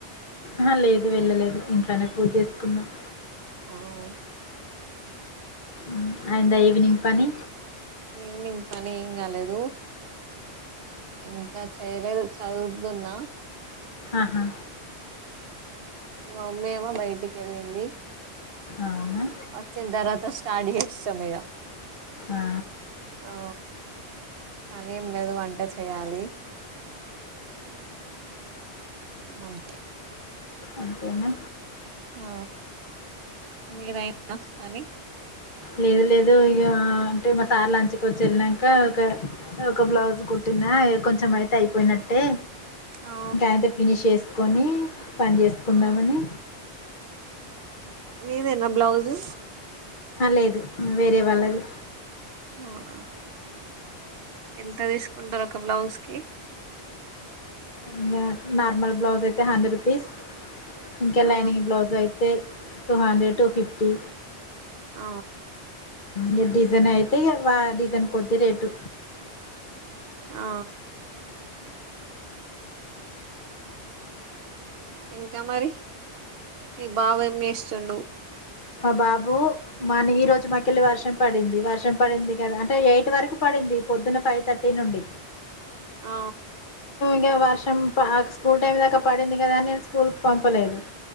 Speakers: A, on the left; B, on the right.
A: ఆ లేదు వెళ్ళలేదు ఇంట్లోనే పూజి చేసుకున్నాం
B: అవు
A: ఉమ్, అయిందా ఈవినింగ్ పని
B: ఈవెనింగ్ పని ఏం కాలేదు ఇంకా చేయలేదు చదువుతున్నా
A: ఆహా
B: మా అమ్మ ఎమొ బయటికి వెళ్ళింది
A: అవునా
B: వచ్చిన తర్వాత స్టార్ట్ చేస్తాం ఇక
A: ఆ,
B: ఆ పని ఏం లేదు వంట చేయాలి అంతే
A: అంతేనా
B: ఆ మీరయిందా పని
A: లేదు లేదు ఇగ అంటే మా సార్ లంచ్కి వచ్చి వెళ్ళినాక ఒక ఒక బ్లౌజ్ కుట్టిన ఇ కొంచెం అయితే అయిపోయినట్టే
B: ఆ
A: గయంత ఫినిష్ చేసి కొనీ పని చేసుకుందామని
B: ఆ మీది ఎన్నో బ్లౌజు
A: లేదు వేరే వాళ్లది
B: అవునా ఎంత తీసుకుంటారు ఒక బ్లౌజ్ కి
A: ఇంకా నార్మల్ బ్లౌజ్ అయితే హండ్రెడ్ రూపీస్ ఇంకా
B: ఆ
A: లైనింగ్ బ్లౌజ్ అయితే టూ హండ్రెడ్ టూ ఫిఫ్టీ
B: ఆ
A: ఇక డిజైన్ అయితే ఇ వా డిజైన్ కొద్ది రేటు
B: ఆ ఇంకా మరి ఈ బావ ఏం చేస్తుండు
A: బాబు మని ఈ రోజు మాకెళ్ళి వర్షం పడింది వర్షం పడింది కదా అంటే ఎయిట్ వరకు పడింది పొద్దున్న ఫైవ్ థర్టీ నుండి
B: ఆ
A: ఇంకా వర్షం స్కూల్ టైమ్ దాకా పడింది కదా అని నేను స్కూల్కి పంపలేదు